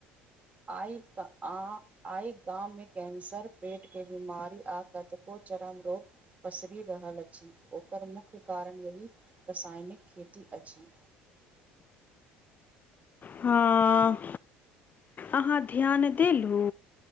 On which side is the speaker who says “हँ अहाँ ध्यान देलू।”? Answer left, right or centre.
Left